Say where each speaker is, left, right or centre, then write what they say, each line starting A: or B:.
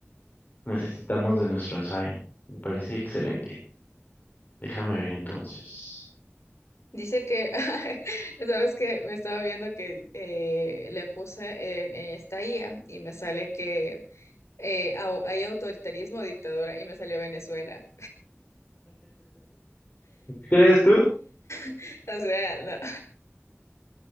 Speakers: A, on the left (about 40°); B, on the left (about 80°).
A: necesitamos de nuestro ensayo. Me parece excelente. Déjame ver entonces.
B: Dice que, <laughs> sabes que me estaba viendo que eh, le puse en, en esta IA y me sale que eh, au- hay autoritarismo, dictadura y me salió Venezuela.
A: ¿Crees tú?
B: <laughs> O sea, no.